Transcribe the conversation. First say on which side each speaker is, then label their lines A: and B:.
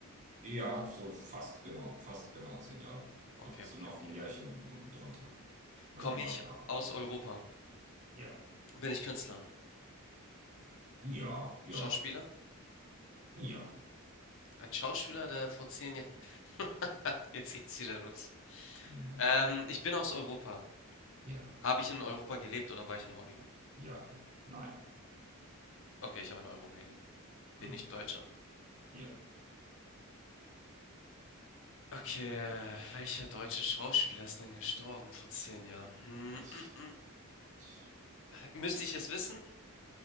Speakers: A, on the right; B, on the left.
A: Ja, so fast genau, fast genau zehn Jahre.
B: Okay,
A: Noch, zu-
B: okay,
A: noch
B: okay.
A: ein Jährchen drunter. Also
B: Komme
A: neun
B: ich
A: Jahre.
B: aus Europa?
A: Ja,
B: Bin ich Künstler?
A: ja, ja,
B: Schauspieler?
A: ja,
B: Ein Schauspieler, der vor 10 Jahren. <laughs> Jetzt geht's wieder los.
A: mhm.
B: Ähm, ich bin aus Europa.
A: ja,
B: Habe ich in Europa gelebt oder war ich in Hollywood?
A: ja, ja, nein,
B: Okay, ich habe in Europa gelebt. Bin
A: hm,
B: ich Deutscher?
A: ja.
B: Okay, welcher deutsche Schauspieler ist denn gestorben vor zehn Jahren? Hm, mm,
A: Uff,
B: mm.
A: Gott.
B: Müsste ich es wissen?